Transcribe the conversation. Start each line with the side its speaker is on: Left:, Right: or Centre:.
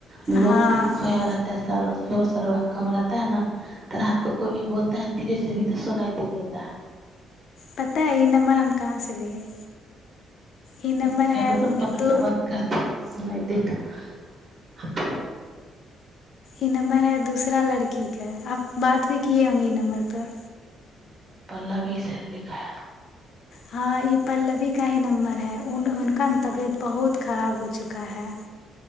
Right: लोग
Left: हँ
Right: भी सोया रहता है स शोर शरबाह कम रहता है ने त रब तऽ कोइ भी बोलता है धीरे से भी तऽ सुनाइ दे देता है
Left: पता हय ई नम्बर हम कहाँ से लिए ई नम्बर
Right: एक सेकेंड
Left: है
Right: रुको न पंखा
Left: दू
Right: बन्द करते तऽ तेपर
Left: ई नम्बर है दूसरा लड़की क आप बात भी किए होंगे ई नम्बर पर
Right: ह श पल्लवी शायद लिखाया
Left: हँ ई पल्लवी का ही नंबर है उ उनका न तबियत बहुत खराब हो चुका है